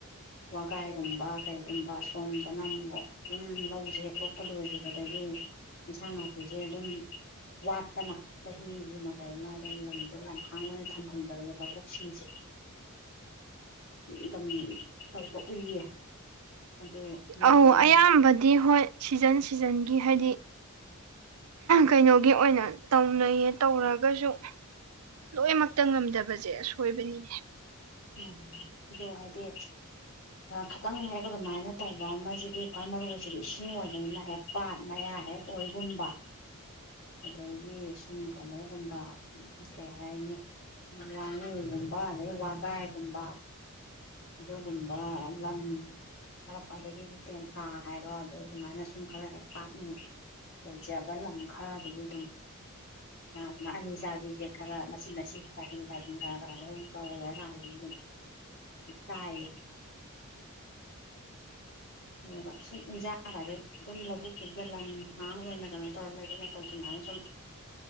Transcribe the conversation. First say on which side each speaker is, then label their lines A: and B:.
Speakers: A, on the left; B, on the right.
A: ꯋꯥꯒꯥꯏꯒꯨꯝꯕ ꯀꯩꯒꯨꯝꯕ ꯁꯣꯝꯗꯅ ꯑꯃꯨꯛ ꯑꯗꯨꯝ ꯂꯧꯁꯦ ꯍꯦꯛ ꯂꯣꯛꯄ ꯂꯣꯏꯈꯤꯕꯗꯒꯤ ꯏꯟꯁꯥꯡ ꯅꯥꯄꯤꯁꯦ ꯑꯗꯨꯝ ꯋꯥꯠꯇꯅ ꯆꯍꯤꯁꯤꯃ ꯀꯩ ꯑꯃ ꯑꯗꯨꯝ ꯂꯝꯁꯤꯜꯂꯝ ꯑꯉꯥꯡ ꯑꯣꯏꯅ ꯊꯝꯍꯟꯗꯕꯗ ꯚꯕꯣꯛꯁꯤꯡꯁꯦ ꯑꯗꯨꯝ ꯇꯧꯕ ꯎꯏꯌꯦ ꯑꯗꯨ ꯃꯣꯏꯒꯤꯗꯣ
B: ꯑꯧ ꯑꯌꯥꯝꯕꯗꯤ
A: ꯍꯥꯏꯗꯤ
B: ꯍꯣꯏ ꯁꯤꯖꯟ ꯁꯤꯖꯟꯒꯤ ꯍꯥꯏꯗꯤ ꯀꯩꯅꯣꯒꯤ ꯑꯣꯏꯅ ꯇꯧꯅꯩꯌꯦ ꯇꯧꯔꯒꯁꯨ ꯂꯣꯏꯅꯃꯛꯇ ꯉꯝꯗꯕꯁꯦ ꯑ ꯍꯣꯏꯕꯅꯤꯅꯦ
A: ꯎꯝ ꯑꯗꯨ ꯍꯥꯏꯗꯤ ꯈꯤꯇꯪ ꯍꯦꯛ ꯑꯗꯨꯃꯥꯏꯅ ꯇꯧꯕ ꯑꯃꯁꯤꯗꯤ ꯈ꯭ꯋꯥꯏ ꯃꯔꯨꯁꯤꯗꯤ ꯏꯁꯤꯡ ꯑꯣꯏꯕꯅꯤꯅ ꯍꯦꯛ ꯄꯥꯠ ꯃꯌꯥ ꯍꯦꯛ ꯑꯣꯏꯒꯨꯝꯕ ꯑꯗꯒꯤ ꯁꯨꯝ ꯀꯩꯅꯣꯒꯨꯝꯕ ꯀꯩ ꯍꯥꯏꯅꯤ ꯋꯥꯉꯨꯒꯨꯝꯕ ꯑꯗꯗꯒꯤ ꯋꯥꯒꯥꯏꯒꯨꯝꯕ ꯑꯗꯨꯒꯨꯝꯕ ꯂꯪ ꯈꯔꯞ ꯑꯗꯒꯤꯗꯤ ꯇꯦꯟꯊꯥ ꯍꯥꯏꯔꯣ ꯑꯗꯨ ꯑꯗꯨꯃꯥꯏꯅ ꯁꯨꯝ ꯈꯔ ꯍꯦꯛ ꯄꯥꯥꯛꯅ ꯂꯩꯖꯕ ꯂꯪ ꯈꯔꯗꯒꯤ ꯑꯗꯨꯝ ꯁꯨꯃꯥꯏ ꯑꯅꯤ ꯆꯥꯕꯤꯁꯦ ꯈꯔ ꯃꯆꯤ ꯃꯆꯤ ꯀꯥꯊꯤꯟ ꯀꯥꯊꯤꯟ ꯈꯔ ꯈꯔꯗ ꯑꯗꯨꯝ ꯇꯧꯔꯒꯗꯒꯤ ꯑꯗꯨꯝ ꯆꯥꯏꯌꯦ ꯑꯗꯨꯒ ꯁꯨꯝ ꯏꯟꯖꯥꯡ ꯍꯥꯏꯗ ꯑꯗꯨꯨꯝ ꯂꯧꯕꯨꯛꯁꯤꯗ ꯂꯟꯍꯥꯡ ꯑꯣꯏꯅ ꯀꯩꯅꯣ ꯇꯧꯔ ꯂꯩꯕ ꯃꯇꯝ ꯁꯨꯃꯥꯏꯅ ꯁꯨꯝ